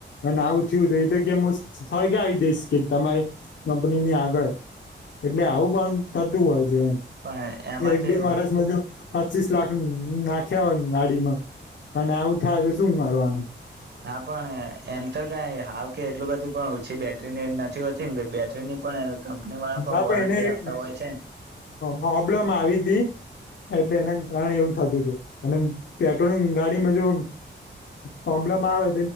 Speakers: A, on the left (about 70°); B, on the right (about 60°).
A: અને આવું થયું હતું એ તો કે હું સળગ આવી દઈશ કે તમારી કંપનીની આગળ એટલે આવું પણ થતું હોય છે એમ
B: પણ એમાં
A: એક
B: તો
A: બી
B: એવું
A: વરસ મજ પચીસ લાખ ન નાખ્યા હોય ગાડીમાં અને આવું થાય તો શું કરવારવાનું
B: હા પણ એમ તો કઈ હાવ કે એટલું બધું પણ ઓછી બેટરીની નથી હોતી બેટરીની પણ કંપની વાળા
A: હ
B: વોરંટી
A: પણ એને
B: આપતા હોય છે ને
A: પ્રોબ્લેમ આવી એટલે એના કારણે એવું થતું હતું અને પેટ્રોલિંગ ગાડીમાં જો પ્રોબ્લેમ આવે